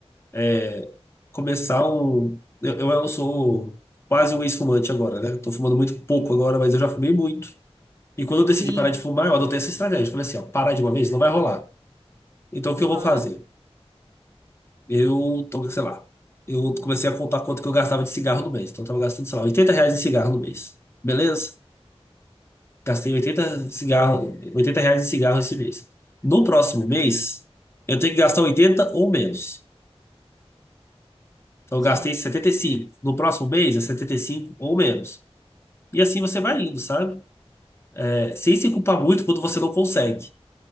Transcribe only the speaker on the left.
é, começar um. Eu, eu eu sou quase um ex-fumante agora, né? Tô fumando muito pouco agora, mas eu já fumei muito. E quando eu decidi
parar de fumar, eu adotei essa estratégia. Falei assim, ó, parar de uma vez não vai rolar. Então o que
eu vou fazer? Eu tô, sei lá, eu comecei a contar quanto que eu gastava de cigarro no mês. Então eu tava gastando, sei lá, 80 reais em cigarro no mês. Beleza? Gastei 80 cigarro, 80 reais em cigarro esse mês. No próximo mês, eu tenho que gastar 80 ou menos. Então
eu gastei 75. No próximo mês é 75 ou menos. E assim você vai indo, sabe? É, sem se culpar muito quando você não consegue.